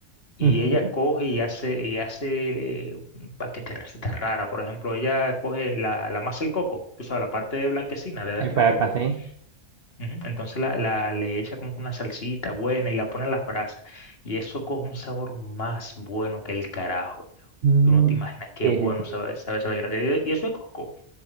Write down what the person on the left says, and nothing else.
Y
ella coge y hace, y hace eh, un paquete de recetas raras. Por ejemplo, ella coge la, la masa del coco, tú sabes, la parte blanquecina de adentro
del coco.
Ujú, Entonces la, la- le echa como que una salsita buena y la pone en las brasas. Y eso coge un sabor más bueno que el carajo. viejo.
Tú no te imaginas qué
bueno
sabe, sabe esa desgracia. Y y eso es coco.